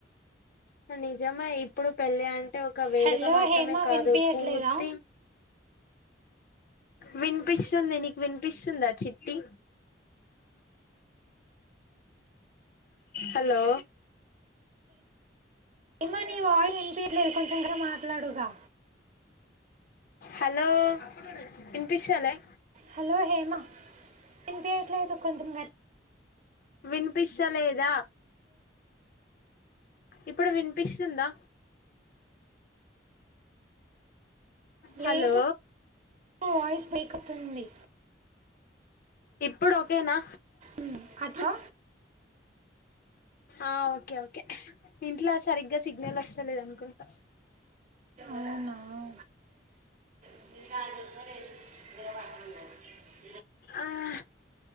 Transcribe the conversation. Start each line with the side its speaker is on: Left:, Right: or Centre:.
Left: సర్లే. నిజమే ఇప్పుడు పెళ్ళి అంటే ఒక వేడుక
Right: హలో
Left: మాత్రమే
Right: హేమ
Left: కాదు
Right: వినిపించట్లేదా
Left: పూర్తి. వినిపిస్తుంది నీకు వినిపిస్తుందా చిట్టి. హలో.
Right: హెమా నీ వాయిస్ వినిపియట్లేదు కొంచెం గట్టిగా మాట్లాడుగా.
Left: హలో వినిపిస్తాలే.
Right: హలో హేమ వినిపియ్యట్లేదు కొంచెం గట్టి.
Left: వినిపిస్త లేదా. ఇప్పుడు వినిపిస్తుందా. హలో.
Right: లేదు వాయిస్ బ్రేక్ అవుతుంది
Left: ఇప్పుడు ఓకేనా.
Right: ఉమ్ అట్లా.
Left: ఆహ్ ఓకే ఓకే ఇంట్లో సరిగ్గా సిగ్నల్ వస్. చలేదు అనుకుంటా.
Right: అవునా <inaudible>
Left: ఆహ్.